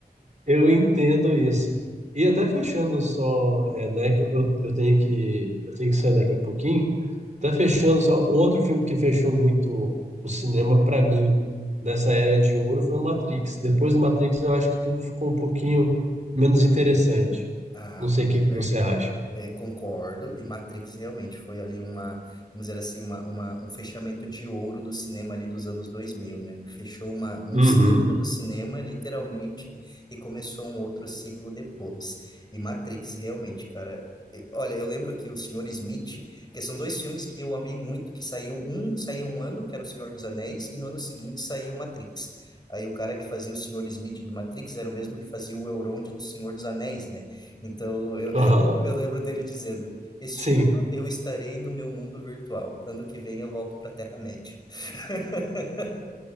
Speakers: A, on the right; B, on the left.
A: Eu entendo isso. E até fechando só, é, né, que eu, eu tenho que, eu tenho que sair daqui a pouquinho. Até fechando só, outro filme que fechou muito o cinema para mim nessa era de ouro foi o Matrix. Depois do Matrix, eu acho que tudo ficou um pouquinho menos interessante.
B: Ah,
A: Não
B: mano,
A: sei o que
B: é
A: que
B: verdade.
A: você acha.
B: É, concordo. E Matrix realmente foi ali uma, vamos dizer assim, uma, uma, um fechamento de ouro do cinema ali dos anos dois mil né? Fechou uma, um
A: Uhum.
B: ciclo do cinema, literalmente, e começou um outro ciclo depois. E Matrix realmente, cara. e- Olha, eu lembro que o Senhor Smith, que são dois filmes que eu amei muito, que saíam um, saía um ano, que era O Senhor dos Anéis, e no ano seguinte saía o Matrix. Aí o cara que fazia o Senhor Smith do Matrix era o mesmo que fazia o Elrond do Senhor dos Anéis, né? Então, eu,
A: Aham.
B: <laughs> eu, eu lembro dele dizendo: Este
A: Sim.
B: ano eu estarei no meu mundo virtual, ano que vem eu volto para a Terra-média. <laughs>